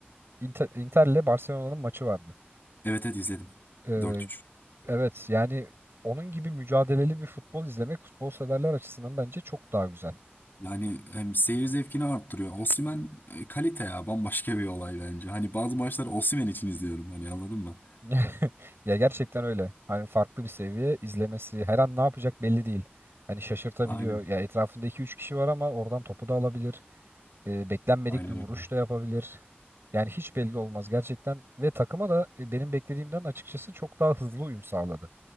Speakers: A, on the right; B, on the left.
A: Inter, Inter'le Barcelona'nın maçı vardı.
B: Evet, evet izledim.
A: E,
B: Dört üç.
A: Evet yani onun gibi mücadeleli bir futbol izlemek futbol severler açısından bence çok daha güzel.
B: Yani hem seyir zevkini arttırıyor. Osimhen e, kalite ya bambaşka bir olay bence. Hani bazı maçlar Osimhen için izliyorum hani anladın mı?
A: <laughs> Ya gerçekten öyle. Hani farklı bir seviye izlemesi her an ne yapacak belli değil. Hani şaşırtabiliyor.
B: Aynen.
A: Ya etrafında iki üç kişi var ama oradan topu da alabilir. Ee, beklenmedik
B: Aynen
A: bir vuruş
B: öyle.
A: da yapabilir. Yani hiç belli olmaz gerçekten ve takıma da e, benim beklediğimden açıkçası çok daha hızlı uyum sağladı.